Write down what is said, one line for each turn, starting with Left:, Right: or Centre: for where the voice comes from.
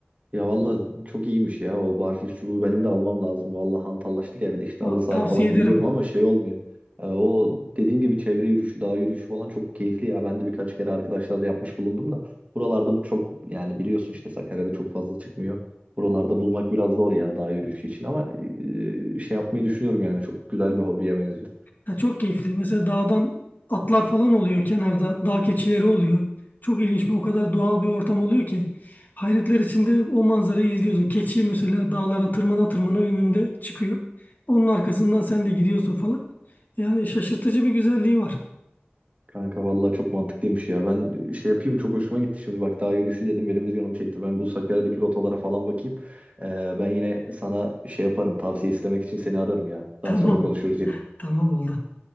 Right: ya vallahi çok iyiymiş ya o barfiks çubuğu benim de almam lazım. Vallahi hantallaştık evde işte
Left: Va-
Right: halı sahaya
Left: Tavsiye
Right: falan
Left: ederim.
Right: gidiyorum ama şey olmuyor. Ee, o dediğin gibi çevre yürüyüşü, dağ yürüyüşü falan çok keyifli ya. Ben de birkaç kere arkadaşlarla yapmış bulundum da buralarda bu çok yani biliyorsun işte Sakarya'da çok fazla çıkmıyor. Buralarda bulmak biraz zor ya dağ yürüyüşü için ama e, şey yapmayı düşünüyorum yani çok güzel bir hobiye benziyor.
Left: Ya çok keyifli. Mesela dağdan atlar falan oluyor kenarda. Dağ keçileri oluyor. Çok ilginç bir o kadar doğal bir ortam oluyor ki. Hayretler içinde o manzarayı izliyorsun. Keçi mesela dağlara tırmana tırmana önünde çıkıyor. Onun arkasından sen de gidiyorsun falan. Yani şaşırtıcı bir güzelliği var.
Right: Kanka vallahi çok mantıklıymış ya. Ben şey yapayım çok hoşuma gitti şimdi. Bak daha yürüyüşü dedim benim de canım çekti. Ben bu Sakarya'daki rotalara falan bakayım. Ee, ben yine sana şey yaparım tavsiye istemek için seni ararım ya.
Left: <laughs> Tamam.
Right: Daha sonra konuşuruz yine.
Left: Tamam oldu.